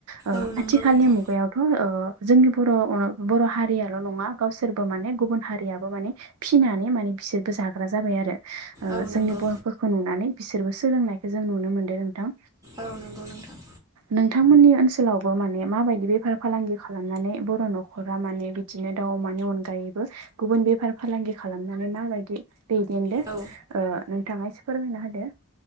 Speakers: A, on the right (about 75°); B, on the right (about 15°).
A: ओ
B: औ नंगौ
A: आथिखालनि
B: नोंथां
A: मुगायावथ' ओ जोंनि बर' बर' हारियाल' नङा गावसोरबो माने गुबुन हारियाबो माने फिनानै माने बिसोरबो जाग्रा जाबाय आरो ओ
B: औ
A: जोंनि
B: नंगौ
A: बर'फोरखौ नुनानै बिसोरबो सोलोंनायखौ जों नुनो मोनो नोंथां
B: औ नंगौ नोंथां
A: नोंथांमोननि ओनसोलावबो माने मा बायदि बेफार फालांगि खालामनानै बर' न'खरा माने बिदिनो दाउ अमानि अनगायैबो गुबुन बेफार फालांगि खालामनानै माबायदि दैदेनदो
B: औ
A: ओ नोंथाङा एसे फोरमायना होदो।